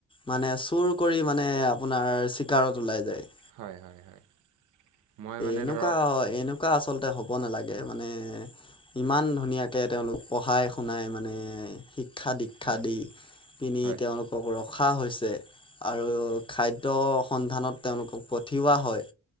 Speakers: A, on the left (about 15°); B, on the right (about 65°).
A: মানে চুৰ কৰি মানে আপোনাৰ চিকাৰত ওলাই যায়।
B: হয়, হয়, হয়। মই মানে
A: এনেকুৱা,
B: ধৰক
A: এনেকুৱা আচলতে হ'ব নালাগে মানে। ইমান ধুনীয়াকে তেওঁলোক পঢ়াই-শুনাই মানে শিক্ষ শিক্ষা-দীক্ষা
B: হয়
A: দি পিনি
B: হয়
A: তেওঁলোকক ৰ ৰখা হৈছে আৰু খাদ্যৰ সন্ধানত তেওঁলোকক পঠিওৱা হয়।